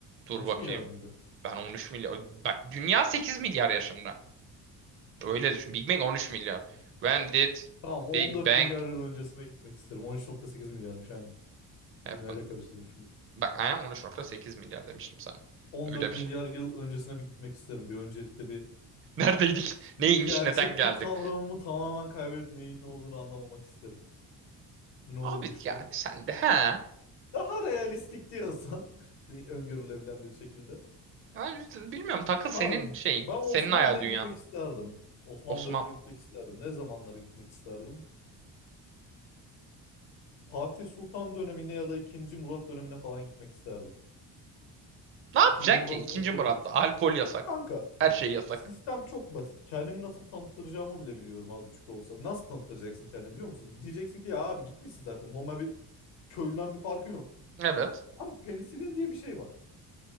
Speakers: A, on the right; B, on the left.
A: Dur
B: 13
A: bakayım.
B: milyar mıydı?
A: Ben 13 milyar. Bak dünya 8 milyar yaşında. Öyle düşün. Big Bang 13 milyar. When did
B: Tamam On
A: Big
B: dört
A: Bang
B: milyar yıl öncesine gitmek isterim. On üç nokta sekiz milyarmış aynen.
A: happen?
B: Dünyayla karıştırmışım.
A: Bak aynen 13.8 milyar demiştim sana.
B: On
A: Öyle
B: dört
A: bir
B: milyar
A: şey.
B: yıl öncesine bir gitmek isterim. Bir öncelikle bir
A: Neredeydik? <laughs>
B: bir
A: Neymiş?
B: gerçeklik
A: Neden geldik?
B: kavramımı tamamen kaybedip neyin ne olduğunu anlamamak isterim. Bu ne olmuş
A: Abi yani
B: diye.
A: sen de he.
B: Daha realistik diyorsan <laughs> öngörülebilen bir şekilde.
A: Abi, bilmiyorum takıl
B: Kanka
A: senin şeyin.
B: ben
A: Senin
B: Osmanlı'ya
A: hayal dünyan.
B: gitmek isterdim. Osmanlı
A: Osman.
B: dönemine gitmek isterdim. Ne zamanlara gitmek isterdim? Fatih Sultan dönemine ya da 2. Murat dönemine falan gitmek isterdim.
A: Ne yapacaksın
B: 2. Murat
A: ki? İkinci
B: katı
A: Murat'ta.
B: olduğu için.
A: Alkol yasak.
B: Kanka
A: Her şey yasak.
B: sistem çok basit. Kendimi nasıl tanıttıracağımı bile biliyorum az buçuk da olsa. Nasıl tanıttıracaksın kendini biliyor musun? Diyeceksin ki ya abi gitmişsin zaten. Normal bir köylüden bir farkın yok.
A: Evet.
B: Abi penisilin diye bir şey var.